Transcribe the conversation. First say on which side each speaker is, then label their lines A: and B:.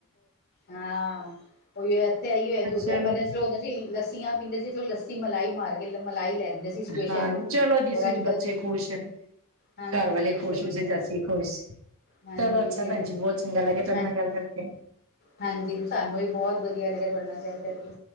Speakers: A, on the left; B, on the right.
A: ਹਾਂ ਉਹੀ ਇੱਥੇ ਐਈ ਹੈ ਦੂਜਾ,
B: ਚਲੋ
A: ਪਹਿਲਾਂ ਅਸੀ ਹੁੰਦੇ ਸੀ, ਲੱੱਸੀਆਂ ਪੀਂਦੇ ਸੀ, ਲੱਸੀ ਮਲਾਈ ਮਾਰ ਕੇ ਮਲਾਈ ਲੈ ਦੇ ਸੀ ਸਪੇਸ਼ਲ
B: ਹਾਂਜੀ
A: ਲੋਕੀ,
B: ਚਲੋ ਜਿਸ
A: ਔਰ
B: ਵਿੱਚ
A: ਅੱਜ
B: ਬੱਚੇ
A: ਕੱਲ ਦੇ
B: ਖੁਸ਼
A: ਹਾਂਜੀ,
B: ਘਰ ਵਾਲੇ ਖੁਸ਼
A: ਸਹੀ
B: ਉਸ ਵਿੱਚ
A: ਗੱਲ
B: ਅਸੀਂ ਖੁਸ਼
A: ਹਾਂਜੀ।
B: ਚਲੋ ਅੱਛਾ
A: ਬਿਲਕੁਲ
B: ਭੈਣ ਜੀ ਬਹੁਤ ਚੰਗਾ ਲੱਗਿਆ ਤੁਹਾਡੇ
A: ਹਾਂਜੀ
B: ਨਾਲ ਗੱਲ ਕਰਕੇ
A: ਹਾਂਜੀ ਸਾਨੂੰ ਵੀ ਬਹੁਤ ਵਧੀਆ ਲੱਗਿਆ ਤੁਹਾਡੇ ਨਾਲ ਗੱਲ ਕਰ ਕੇ।